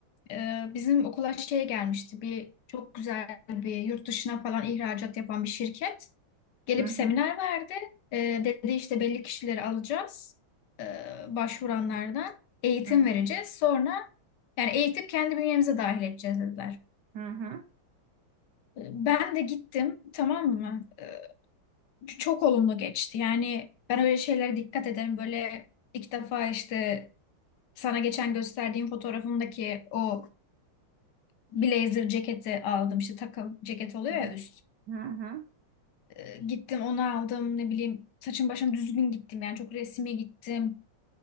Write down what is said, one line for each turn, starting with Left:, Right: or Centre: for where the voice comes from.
Left: e, bizim okula şey gelmişti. Bir çok güzel bir yurt dışına falan ihracat yapan bir şirket. Gelip
Right: Hı hı,
Left: seminer verdi. Ee, dedi işte belli kişileri alacağız ee, başvuranlardan. Eğitim
Right: hı hı.
Left: vereceğiz. Sonra yani eğitip kendi bünyemize dahil edeceğiz dediler.
Right: hı hı.
Left: Ee, Ben de gittim tamam mı? Ee, çok olumlu geçti. Yani ben öyle şeylere dikkat ederim. Böyle ilk defa işte sana geçen gösterdiğim fotoğrafımdaki o blazer ceketi aldım. İşte takım ceket oluyor
Right: Hı
Left: ya üst.
Right: hı hı hı
Left: Ee, Gittim onu aldım ne bileyim saçım başım düzgün gittim yani çok resmi gittim.